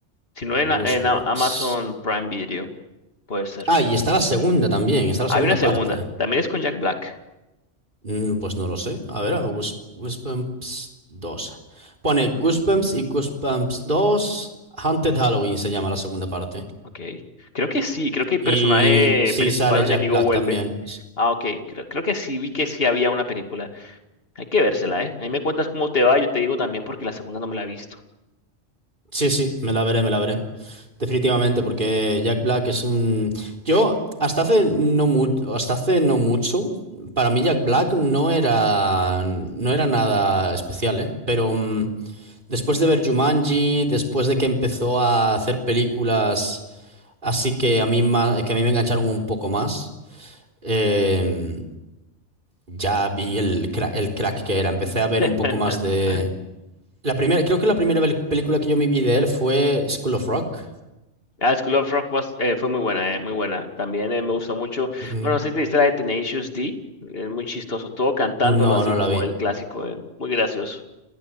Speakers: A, on the left; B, on the right.
A: Si no en,
B: Goosebumps.
A: a- en a- Amazon Prime Video, puede ser.
B: Ah, y está la segunda también, está la
A: Hay
B: segunda
A: una segunda,
B: parte.
A: también es con Jack Black.
B: Mm, pues no lo sé. A ver, a Goose- Goosebumps dos. Pone Goosebumps y Goosebumps dos, Haunted Halloween se llama la segunda parte.
A: Ok. Creo que sí, creo que el
B: Y
A: personaje
B: sí
A: principal
B: sale
A: enemigo
B: Jack Black
A: vuelve.
B: también.
A: Ah, ok, creo, creo que sí, vi que sí había una película. Hay que vérsela, ¿eh? Ahí me cuentas cómo te va, yo te digo también porque la segunda no me la he visto.
B: Sí, sí, me la veré, me la veré. Definitivamente, porque Jack Black es un... Yo, hasta hace no mu hasta hace no mucho, para mí Jack Black no era, no era nada especial, ¿eh? Pero mm, después de ver Jumanji, después de que empezó a hacer películas así que a mí, ma- que a mí me engancharon un poco más, eh, ya vi el, cra- el crack que era. Empecé a ver
A: <laughs>
B: un poco más de La primera, creo que la primera pel- película que yo me vi de él fue School of Rock.
A: Ah, School of Rock was- eh, fue muy buena, eh, muy buena. También eh, me gustó mucho.
B: Ujú.
A: Bueno, no sé si te viste la de Tenacious D. Es muy chistoso. Todo cantándolo
B: No,
A: así
B: no
A: como
B: la vi.
A: el clásico. eh, muy gracioso.